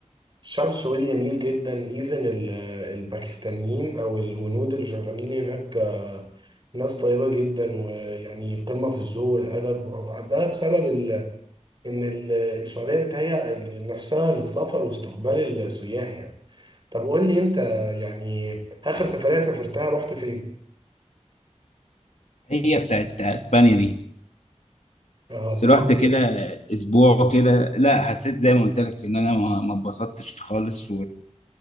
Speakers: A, on the right (about 40°); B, on the left (about 70°).
A: الشعب السعودي جميل جدا ايفن الباكستانيين او الهنود اللي شغالين هناك ناس طيبة جدا ويعني قمة في الذوق والأدب ده بسبب ال... إن ال- السعودية بتهيأ ال- نفسها للسفر واستقبال السياح يعني طب قول لي أنت يعني آخر سفرية سافرتها رحت فين؟
B: هي بتاعت اسبانيا دي
A: اه
B: بس
A: اتبسطت
B: رحت كده
A: يعني.
B: اسبوع كده لا حسيت زي ما قلت لك ان انا ما ما اتبسطتش خالص